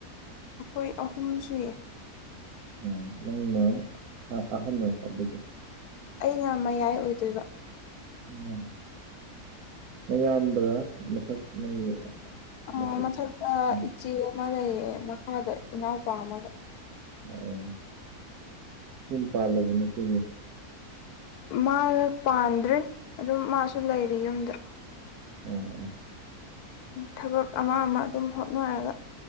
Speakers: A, on the left (about 85°); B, on the right (about 80°).
A: ꯑꯩꯈꯣꯏ ꯑꯍꯨꯝ ꯆꯨꯏ
B: ꯎ ꯅꯪꯅ ꯑꯍꯜꯅ ꯀ ꯂꯩꯒ
A: ꯑꯩꯅ ꯃꯌꯥꯏ ꯑꯣꯏꯗꯣꯏꯕ
B: ꯎꯝ ꯃꯌꯥꯝꯕ꯭ꯔꯥ ꯃꯊꯛ ꯅꯪꯒꯤ
A: ꯑ
B: ꯃꯊꯛ
A: ꯃꯊꯛꯇ
B: ꯎꯝ
A: ꯏꯆꯦ ꯑꯃ ꯂꯩꯌꯦ ꯃꯈꯥꯗ ꯏꯅꯥꯎꯄꯥ ꯑꯃꯒ
B: ꯑꯣ ꯀꯨꯡ ꯄꯕ ꯅ ꯀꯅꯦ
A: ꯃꯥ ꯄꯥꯟꯗ꯭ꯔꯦ ꯑꯗꯨꯝ ꯃꯥꯁꯨ ꯂꯩꯔꯤ ꯌꯨꯝꯗ
B: ꯑꯣ ꯑꯣ
A: ꯊꯕꯛ ꯑꯃ ꯑꯃ ꯑꯗꯨꯝ ꯍꯣꯠꯅꯔꯒ